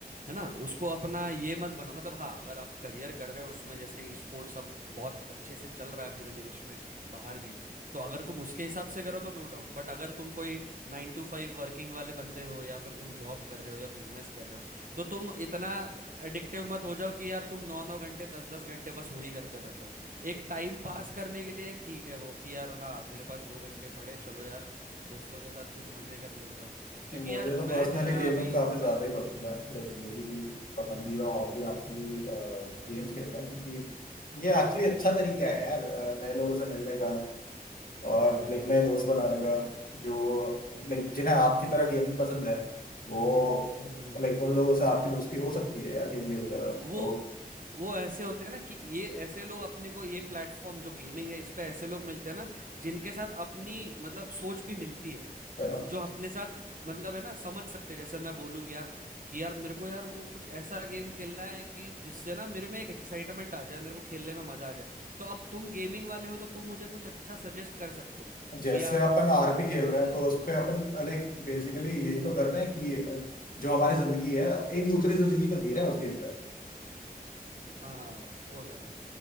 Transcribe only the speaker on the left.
नहीं मुझे
तो
पर्सनली
गेमिंग
काफी ज्यादा ही पसंद है लाइक मेरी पसंदीदा हॉबी एक्चुअली गेम्स खेलना क्योंकि ये एक्चुअली अच्छा तरीका है यार अ, नए लोगों से मिलने का और
लाइक नए
दोस्त
बनाने का जो
लाइक
जिन्हें आपकी तरह गेमिंग पसंद है वो
लाइक उन लोगों से आपकी दोस्ती हो सकती है यार गेम खेलते हुए
तो
सही बात
है
जैसे
अपन आरपी खेल रहे हैं तो उस पे अपन लाइक बेसिकली यही तो कर रहे हैं कि जो हमारी जिंदगी है एक दूसरी जिंदगी तो जी रहे हैं उस गेम पे